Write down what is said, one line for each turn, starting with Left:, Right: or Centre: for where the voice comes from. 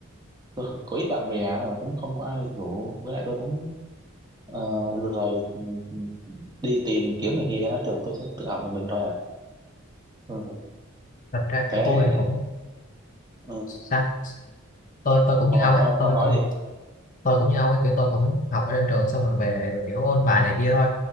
Right: tôi có ít bạn bè là cũng không có ai rủ với lại tôi cũng ờ, lười ừ, ừ, đi tìm kiếm này kia thường tôi sẽ tự học một mình thôi à ừ.
Left: thật ra
Right: thế
Left: kiểu tôi thì cũng
Right: ừ.
Left: sao tôi tôi cũng
Right: ờ,
Left: như ông ấy
Right: ông
Left: tôi
Right: ông nói
Left: cũng
Right: đi
Left: tôi cũng như ông ấy kiểu tôi cũng học ở trên trường xong rồi về kiểu ôn bài này kia thôi